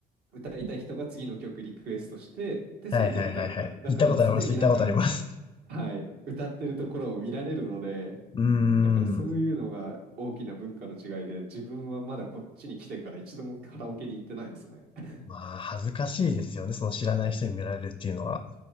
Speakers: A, on the right; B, on the left.
A: 歌いたい人が次の曲リクエストして、で、
B: はいはいはいはい。
A: それで歌うみたいな。だから常になんか、
B: 行ったことあります、行ったことあります。
A: はい、歌ってるところを見られるので、
B: うーん。
A: だからそういうのが大きな文化の違いで、自分はまだこっちに来てから一度もカラオケに行ってないですね。<laughs>
B: まあ、恥ずかしいですよね、その知らない人に見られるっていうのは。